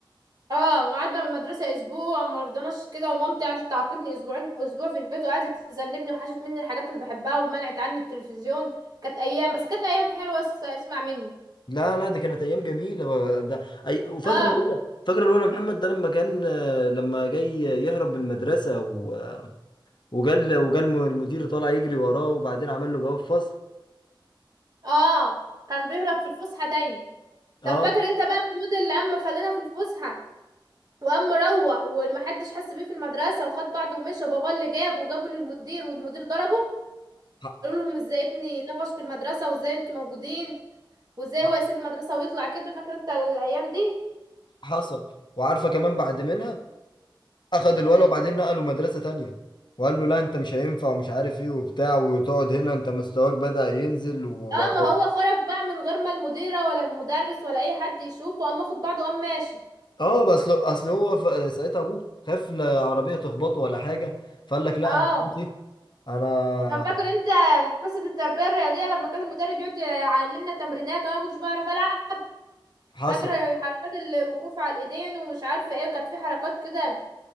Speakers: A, on the right; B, on the left.
A: اه وقعدنا من المدرسه اسبوع ما رضناش كده ومامتي قعدت تعاقبني اسبوعين اسبوع في البيت وقعدت تذنبني وحشت مني الحاجات اللي بحبها ومنعت عني التلفزيون كانت ايام بس كانت ايام حلوه بس اسمع مني
B: لا لا دي كانت ايام جميله ده أي وفاكره
A: اه
B: الاولى فاكره الاولى محمد ده لما كان لما جاي يهرب من المدرسه و... وجال وجال المدير طالع يجري وراه وبعدين عمل له جواب فصل
A: اه كان بيهرب في الفسحه دايما
B: اه
A: طب فاكر انت بقى محمود اللي عم خلانا في الفسحه وقام مروح ومحدش حس بيه في المدرسة وخد بعضه ومشى بابا اللي جابه وجابه للمدير والمدير ضربه
B: ح-
A: قالوا لهم ازاي ابني طفش في المدرسة وازاي انتوا موجودين وازاي
B: ح-
A: هو يسيب المدرسة ويطلع كده فاكر انت الايام دي
B: حصل وعارفه كمان بعد منها اخد الولد
A: امم
B: وبعدين نقله مدرسه تانية وقال له لا انت مش هينفع ومش عارف ايه وبتاع وتقعد هنا انت مستواك بدأ ينزل و...
A: اه ما هو خرج بقى من غير ما المديرة ولا المدرس ولا اي حد يشوفه قام واخد بعضه قام ماشي
B: اه بس لو- اصل هو ف- ساعتها ابوه خاف لا عربيه تخبطه ولا حاجه فقال لك لا
A: اه
B: انا خلاص ايه انا
A: طب فاكر انت حصة التربية الرياضية لما كان المدرب يقعد يعلمنا تمرينات وانا ما كنتش بعرف العب
B: حصل
A: فاكر حركات الوقوف على الايدين ومش عارفة ايه وكانت في حركات كده